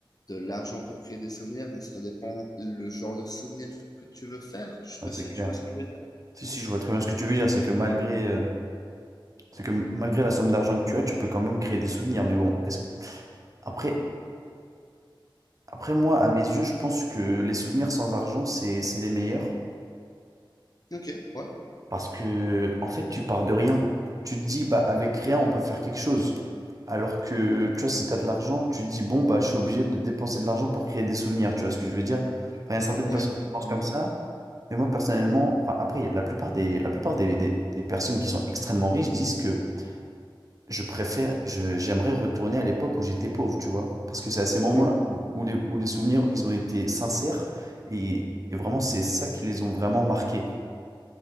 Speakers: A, on the left; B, on the right.
A: de l'argent pour créer des souvenirs, mais ça dépend le genre de souvenirs que tu veux faire. Je sais
B: Ah,
A: pas
B: C'est
A: si
B: clair.
A: tu vois ce que je veux dire.
B: Si, si, je vois très bien ce que tu veux dire. C'est que malgré, euh, C'est que malgré la somme d'argent que tu as, tu peux quand même créer des souvenirs. Mais bon, est-ce que- après, après moi, à mes yeux, je pense que les souvenirs sans argent, c'est, c'est les meilleurs.
A: Ok, ouais,
B: Parce que, en fait, tu pars de rien. Tu te dis, bah, avec rien, on peut faire quelque chose. Alors que, tu vois, si tu as de l'argent, tu te dis, bon, bah, je suis obligé de dépenser de l'argent pour créer des souvenirs. Tu vois ce que je veux dire? Enfin, il y a certaines
A: ouais,
B: personnes
A: non,
B: qui pensent
A: clairement,
B: comme ça.
A: ouais.
B: Mais moi, personnellement, enfin, après, la plupart des, la plupart des, des des personnes qui sont extrêmement riches disent que je préfère, je- j'aimerais retourner à l'époque où j'étais pauvre, tu vois. Parce que c'est à ces moments-là
A: Oui.
B: où, où les, où les souvenirs, ils ont été sincères et, et vraiment, c'est ça qui les ont vraiment marqués,